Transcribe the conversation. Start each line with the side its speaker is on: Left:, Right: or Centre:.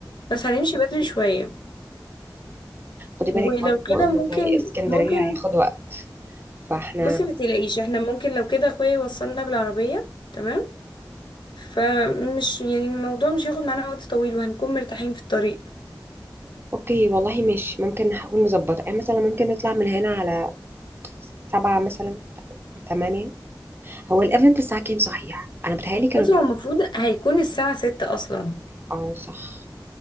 Left: بس هنمشي بدري شوية
Right: خدي
Left: ولو
Right: بالك برضه
Left: كده
Right: ان
Left: ممكن
Right: طريق اسكندرية
Left: ممكن
Right: هياخد وقت فاحنا
Left: بصي ما تقلقيش احنا ممكن لو كده اخويا يوصلنا بالعربية تمام فمش يعني الموضوع مش هياخد معانا وقت طويل وهنكون مرتاحين في الطريق
Right: اوكي والله مش ممكن نحاول نظبطها يعني مثلا ممكن نطلع من هنا على سبعة مثلا تمانية هو الايفنت الساعة كام صحيح انا بتهيألي كانوا
Left: بصي
Right: بيقولوا
Left: هو المفروض هيكون الساعة ستة أصلا
Right: اه صح